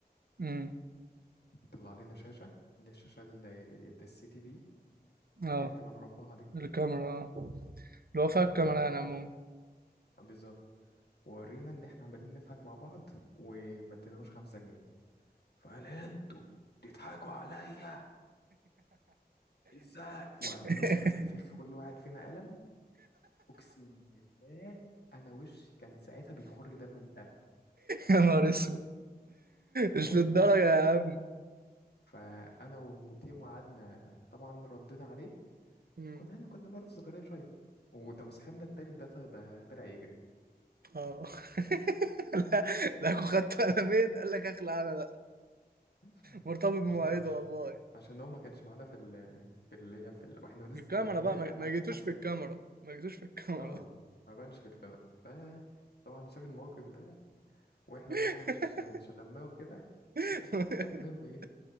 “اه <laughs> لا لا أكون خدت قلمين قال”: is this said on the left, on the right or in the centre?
Right